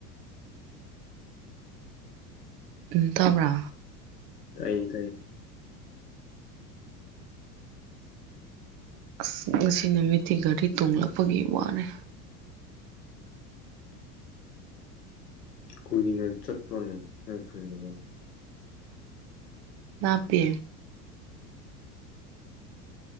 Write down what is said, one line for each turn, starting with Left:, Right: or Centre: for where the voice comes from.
Right: ꯎꯝ ꯇꯥꯕ꯭ꯔꯥ
Left: ꯇꯥꯏꯌꯦ ꯇꯥꯏꯌꯦ
Right: ꯑꯁ ꯉꯁꯤ ꯅꯨꯃꯤꯠꯇꯤ ꯒꯥꯔꯤ ꯇꯣꯡꯂꯛꯄꯒꯤ ꯋꯥꯔꯦ
Left: ꯀꯨꯏꯅ ꯆꯠꯄ꯭ꯔꯣꯅꯦ ꯅꯣꯏ ꯈꯨꯜꯗꯨꯕꯨ
Right: ꯂꯥꯞꯄꯦ